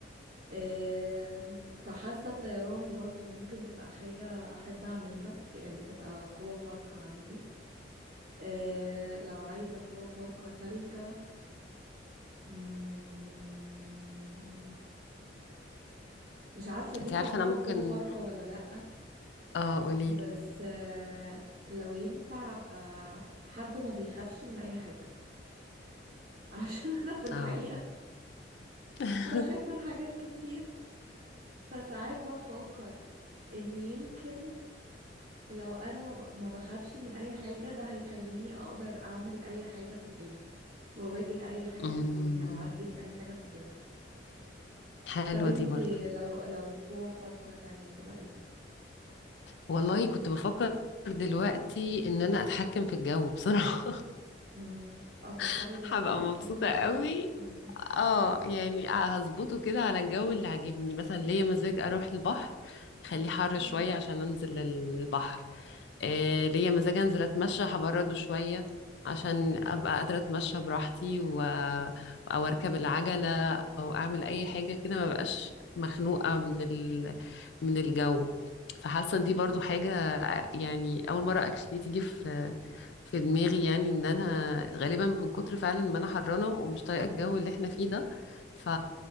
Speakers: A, on the right (about 55°); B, on the left (about 70°).
A: آم، فحاسة الطيران برضو ممكن تبقى حاجة أحب أعملها يعني تبقى قوة خارقة عندي آه، لو عايزة قوة خارقة تالتة مم، مش عارفة دي
B: انت
A: تعتبر
B: عارفة انا ممكن
A: قوة خارقة ولا لأ
B: اه قوليلي
A: بس آه، لو ينفع أبقى حد ما بيخافش من أي حاجة <laughs> عشان أنا في الحقيقة
B: اه <laughs>
A: بخاف من حاجات كتير فساعات بفكر إن يمكن لو انا ما ب- ما بخافش من اي حاجة ده هيخليني اقدر اعمل اي حاجة في الدنيا واواجه اي حاجة
B: أمم،
A: في الدنيا واعدي من اي حاجة في الدنيا
B: حلوة
A: طب انتي
B: دي برضو
A: لو لو قوة خارقة تانية تبقى ايه
B: والله كنت بفكر دلوقتي ان انا اتحكم في الجو بصراحة
A: امم اه في الحر
B: <laughs>
A: اللي احنا
B: هبقى
A: فيه
B: مبسوطة
A: اكيد
B: قوي
A: امم
B: اه يعني هظبطه كده على الجو اللي عاجبني مثلا ليا مزاج اروح البحر خليه حر
A: مم.
B: شوية عشان انزل البحر إيه ليا مزاج انزل اتمشى هبرده شوية عشان ابقى قادرة اتمشى براحتي و... او اركب العجلة او اعمل اي حاجة كده ما بقاش مخنوقة من ال... من الجو فحاسة دي
A: مم.
B: برضو حاجة يعني اول مرة اكشلي تيجي في في دماغي يعني ان انا غالبا من كتر فعلا ما انا حرانه ومش طايقه الجو اللي احنا فيه ده ف...